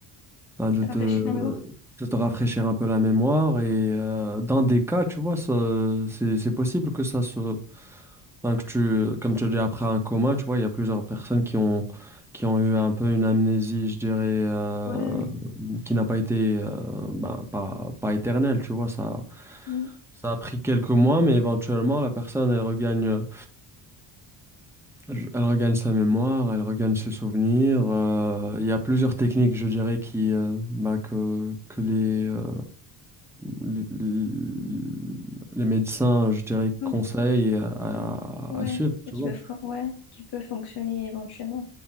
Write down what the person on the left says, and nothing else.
Rafraîchir la mémoire.
Ouais.
Mm.
Donc,
ouais.
Et qui
peuvent, ouais, qui peuvent fonctionner éventuellement.